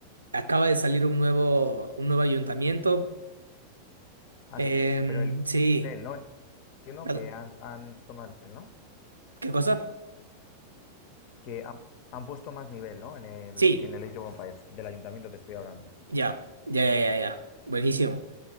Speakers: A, on the right (about 75°); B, on the left (about 45°).
A: acaba de salir un nuevo, un nuevo ayuntamiento.
B: Ah,
A: Em,
B: sí, pero el
A: sí.
B: nivel, ¿no? Entiendo
A: Perdón,
B: que han, han puesto más nivel, ¿no?
A: ¿Qué cosa?
B: Que han, han puesto más nivel, ¿no? En el,
A: Sí,
B: en el Age of Empires, del ayuntamiento te estoy hablando.
A: ya, ya, ya, ya. ya. Buenísimo.